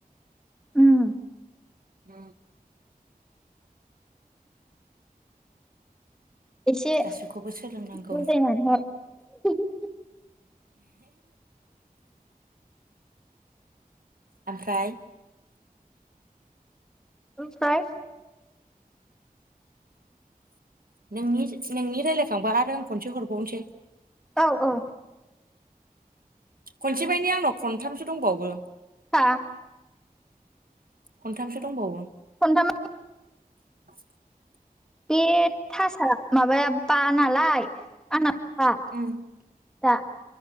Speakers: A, in the centre; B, on the right (about 70°).
A: उम
B: उ
A: एसे
B: गासिबखौबो
A: बुजायनानैहर
B: सोलोंनांगौ
A: उम उम
B: ओमफ्राय
A: ओमफ्राय
B: नोंनि नोंनि रायलायखांबा आरो आं खनसे हरबावनोसै
A: औ औ
B: खनसे बायनि आंनाव खनथामसो दंबावो
A: हा
B: खनथामसो दंबावो
A: खन्थाम
B: <inaudible>
A: बे थासा माबाया बा नालाय आंना बा
B: होमबालाय
A: दा